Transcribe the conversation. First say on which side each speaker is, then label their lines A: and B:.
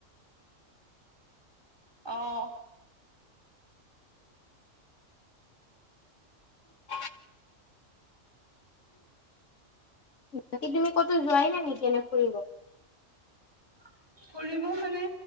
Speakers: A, on the right (about 20°); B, on the left (about 70°).
A: অঁ',
B: <inaudible> বাকী তুমি কতো যোৱাই নাই নেকি, এনে ফুৰিব।
A: <inaudible> ফুৰিব মানে,